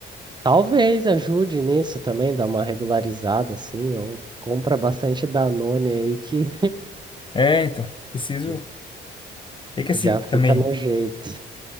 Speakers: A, on the right; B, on the left.
A: Talvez ajude nisso também, dar uma regularizada assim, ou compra bastante Danone aí que
B: É, então. Preciso...
A: <laughs>
B: É que assim,
A: já fica
B: também...
A: no jeito.